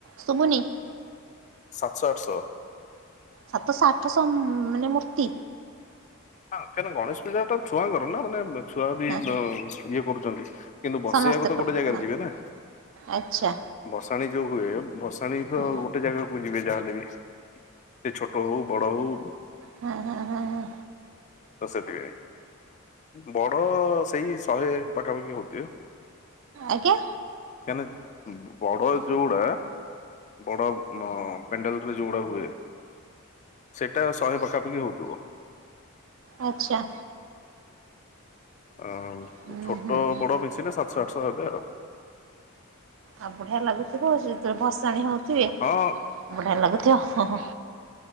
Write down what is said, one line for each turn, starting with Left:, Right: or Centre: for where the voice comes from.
Right: ଶୁବୁନି।
Left: ସାତଶ, ଆଠଶ।
Right: ସାତଶ ଆଠଶ ମାନେ ମୂର୍ତ୍ତି।
Left: ନା କାହିଁକି ନା ଗଣେଶ ପୂଜା ତ ଛୁଆଙ୍କର ନା ମାନେ ଛୁଆ ବି
Right: ହଁ
Left: ଇଏ
Right: ହଁ
Left: କରୁଛନ୍ତି। କିନ୍ତୁ ବସେଇବାକୁ
Right: ସମସ୍ତେ
Left: ତ
Right: କରନ୍ତି
Left: ଗୋଟେ ଜାଗାରେ
Right: ହଁ
Left: ଯିବେ ନା।
Right: ଆଚ୍ଛା
Left: ଭସାଣି ଯଉ ହୁଏ ଭସାଣୀ ତ
Right: ହଁ
Left: ଗୋଟେ ଜାଗା ବୁ ଯିବେ ଯାହେଲେ ବି ସେ ଛୋଟ ହଉ ବଡ ହଉ।
Right: ହଁ, ହଁ, ହଁ, ହଁ।
Left: ତ ସେଥିପାଇଁ। ବଡ ସେଇ ଶହେ ପାଖାପାଖି ହଉଥବେ ଆଉ।
Right: ଆଜ୍ଞା।
Left: କାହିଁକି ନା ବଡ ଜଉଗୁଡା ବଡ ପେଣ୍ଡେଲରେ ଯୋଉଗୁଡା ହୁଏ। ସେଇଟା ଶହେ ପାଖାପାଖି ହଉଥିବ।
Right: ଆଚ୍ଛା।
Left: ଆ
Right: ହୁଁ
Left: ଛୋଟ
Right: ହୁଁ ହୁଁ
Left: ବଡ ମିଶିଲେ ସାତଶହ ଆଠଶହ ହେବେ ଆଉ।
Right: ଆଉ ବଢିଆ ଲାଗୁଥିବ ଯେତେବେଳେ ଭସାଣି ହଉଥିବେ
Left: ଆଉ
Right: ବଢିଆ ଲାଗୁଥିବ।